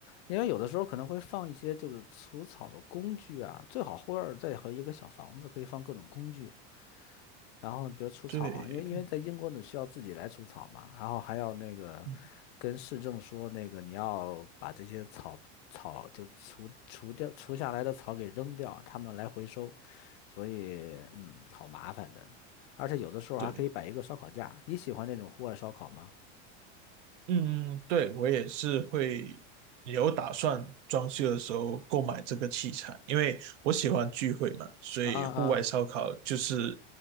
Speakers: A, on the left (about 65°); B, on the right (about 85°).
A: 因为有的时候可能会放一些就是除草的工具啊，最好后院儿再和一个小房子，可以放各种工具。然后比如除草啊，
B: 对，
A: 因为因为在英国你需要自己来除草嘛，然后还要那个
B: 嗯，
A: 跟市政说那个你要把这些草草就除除掉除下来的草给扔掉，他们来回收，所以嗯，好麻烦的呢。而且有的时候还可以摆一个烧烤架，
B: 对。
A: 你喜欢那种户外烧烤吗？
B: 嗯，对，我也是会有打算装修的时候购买这个器材，因为我喜欢聚会嘛，所以户外烧烤就是
A: 啊啊